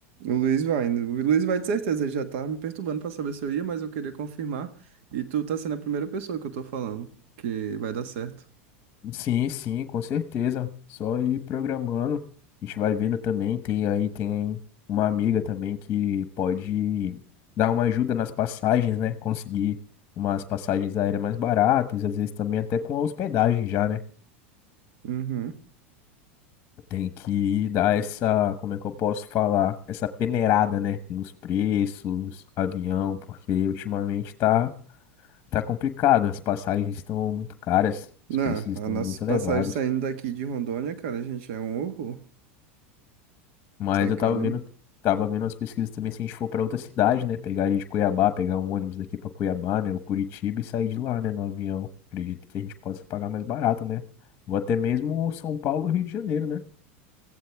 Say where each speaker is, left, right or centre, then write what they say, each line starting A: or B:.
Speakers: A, on the right; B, on the left.
A: O Luiz vai, né? o Luiz vai de certeza, ele já tá me perturbando pra saber se eu ia, mas eu queria confirmar. E tu tá sendo a primeira pessoa que eu tô falando que vai dar certo.
B: Sim, sim, com certeza. Só ir programando. A gente vai vendo também. Tem aí, tem uma amiga também que pode dar uma ajuda nas passagens, né? Conseguir umas passagens aéreas mais baratas, às vezes também até com a hospedagem já, né?
A: Uhum.
B: Tem que dar essa, como é que eu posso falar? Essa peneirada, né? Nos preços, avião, porque ultimamente tá Tá complicado, as passagens estão muito caras,
A: Não,
B: os preços estão
A: a nossa
B: muito
A: passagem
B: elevados.
A: saindo daqui de Rondônia, cara, a gente é um horror.
B: Mas
A: Sai
B: eu
A: caro.
B: tava vendo, tava vendo as pesquisas também se a gente for para outra cidade, né? Pegar ali de Cuiabá, pegar um ônibus daqui para Cuiabá, né? O Curitiba e sair de lá, né? No avião. Acredito que a gente possa pagar mais barato, né? Ou até mesmo São Paulo, Rio de Janeiro, né?